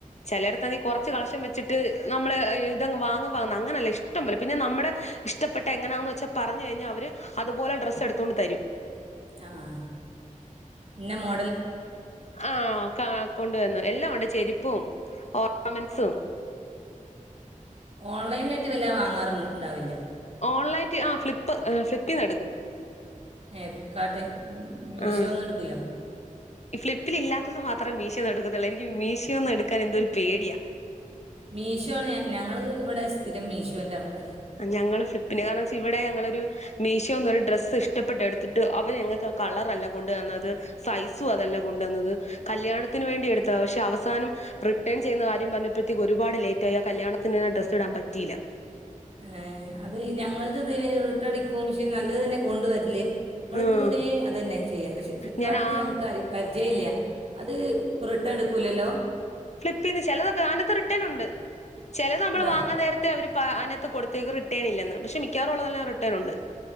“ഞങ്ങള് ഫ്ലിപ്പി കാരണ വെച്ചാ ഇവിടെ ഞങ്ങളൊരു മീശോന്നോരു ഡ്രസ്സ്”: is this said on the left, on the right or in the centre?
Left